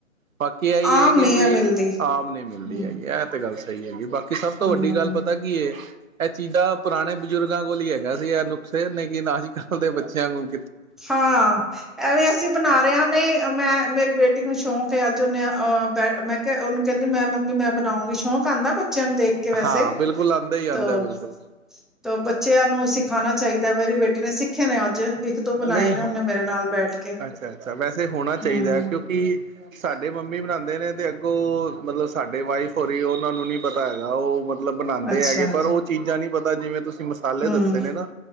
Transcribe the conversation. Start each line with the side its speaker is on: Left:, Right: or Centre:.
Right: ਬਾਕੀ ਆਹੀ
Centre: ਆਮ
Right: ਇਹ ਕਿ
Centre: ਨਹੀਂ
Right: ਵੀ
Centre: ਹੈ ਮਿਲਦੀ
Right: ਆਮ ਨਹੀਂ ਮਿਲਦੀ
Centre: ਹਮ
Right: ਹੈਗੀ ਇਹ ਤੇ ਗੱਲ ਸਹੀ ਹੈਗੀ ਬਾਕੀ ਕਿ ਸਭ ਤੋਂ
Centre: ਹਮ
Right: ਵੱਡੀ ਗੱਲ ਪਤਾ ਕੀ ਹੈ ਇਹ ਚੀਜ਼ਾਂ ਪੁਰਾਣੇ ਬਜ਼ੁਰਗਾਂ ਕੋਲ ਹੀ ਹੈਗਾ ਸੀ ਇਹ ਨੁਕਸੇ ਨਹੀਂ ਲੇਕਿਨ ਅੱਜ ਕੱਲ੍ਹ ਦੇ ਬੱਚਿਆਂ ਨੂੰ
Centre: ਹਾਂ ਇਹ ਵੀ ਅਸੀਂ ਬਣਾ ਰਹੇ ਹ ਨਹੀਂ ਮੈਂ ਮੇਰੀ ਬੇਟੀ ਨੂੰ ਸ਼ੌਕ ਹੈ। ਉਹਨੇਹ ਮੈਂ ਉਹਨੂੰ ਕਹਿੰਦੀ ਮੈਂ ਮੰਮੀ ਮੈਂ ਬਣਾਉਂਗੀ ਸ਼ੌਕ ਆਦਾ ਬੱਚਿਆ ਨੂੰ ਦੇਖ ਕੇ ਵੈਸੇ
Right: ਹਾਂ ਬਿਲਕੁਲ ਆਉਂਦਾ ਹੀ ਆਉਂਦਾ
Centre: ਤਾਂ
Right: ਬਿਲਕੁਲ
Centre: ਬੱਚਿਆਂ ਨੂੰ ਸਿਖਿਆ ਆਣਾ ਚਾਹੀਦਾ। ਵਾਰੀ ਬੇਟੀ ਨੇ ਸਿੱਖੇ ਨੇ ਅੱਜ ਦੋ ਬਣਾਏ
Right: ਨਹੀਂ
Centre: ਨੇ ਉਹਨੇ ਮੇਰੇ ਨਾਲ ਬੈਠ ਕੇ
Right: ਅੱਛਾ ਅੱਛਾ ਵੈਸੇ ਹੋਣਾ ਚਾਹੀਦਾ
Centre: ਹੂੰ
Right: ਕਿਉਂਕਿ ਸਾਡੇ ਮੰਮੀ ਬਣਾਉਂਦੇ ਨੇ ਤੇ ਅੱਗੋਂ ਮਤਲਬ ਸਾਡੇ ਵਾਈਫ ਹੋ ਰਹੀ ਉਹਨਾਂ ਨੂੰ ਨੀ ਪਤਾ ਹੈਗਾ ਉਹ ਮਤਲਬ ਬਣਾਉਂਦੇ
Centre: ਅੱਛਾ
Right: ਹੈਗੇ ਪਰ ਉਹ ਚੀਜ਼ਾਂ ਨੀ ਪਤਾ ਜਿਵੇਂ ਤੁਂ ਤੁਸੀਂ ਮਸਾਲੇ
Centre: ਹੂੰ
Right: ਦੱਸੇ ਨੇ ਨਾ